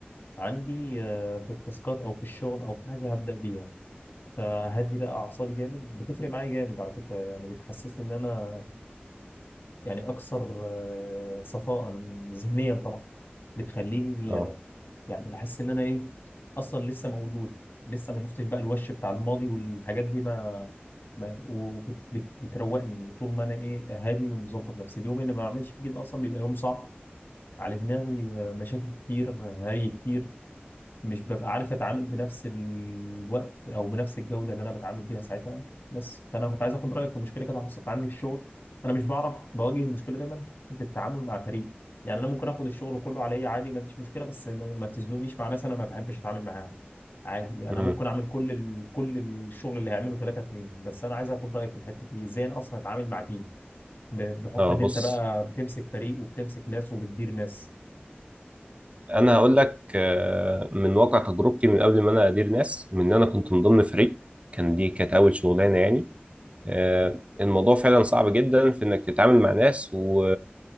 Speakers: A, on the left; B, on the right.
A: عندي آه، في التاسكات او في الشغل او في حاجه هبدا بيها فهدي بقى اعصابي جامد بتفرق معايا جامد على فكره يعني بتحسسني ان انا يعني اكثر آه، صفاء ذهنيا طبعا بتخليني
B: اه
A: يعني احس ان انا ايه اصلا لسه مولود لسه ما شفتش بقى الوش بتاع الماضي والحاجات دي ما ما وبتروقني طول ما انا ايه هادي ومظبط نفسي اليوم اللي ما بعملش فيه كده اصلا بيبقى يوم صعب على دماغي آه، مشاكل كتير آه، هري كتير مش ببقى عارف اتعامل بنفس الوقت او بنفس الجوده اللي انا بتعامل بيها ساعتها بس فانا كنت عايز اخد رايك في مشكله كده حصلت عندي في الشغل انا مش بعرف بواجه المشكله دايما في فكره التعامل مع فريق يعني انا ممكن اخد الشغل كله عليا عادي ما عنديش مشكله بس ما ما تزنونيش مع ناس انا ما بحبش اتعامل معاها عادي
B: مم.
A: انا ممكن اعمل كل ال... كل الشغل اللي هيعمله ثلاثة اتنين بس انا عايز اخد رايك في الحته دي ازاي انا اصلا اتعامل مع تيم ب... بحكم
B: اه
A: ان انت
B: بص
A: بقى بتمسك فريق وبتمسك ناس وبتدير ناس
B: انا هقول لك آه، من واقع تجربتي من قبل ما انا ادير ناس من ان انا كنت من ضمن فريق كان دي كانت اول شغلانه يعني آه، الموضوع فعلا صعب جدا في انك تتعامل مع ناس و...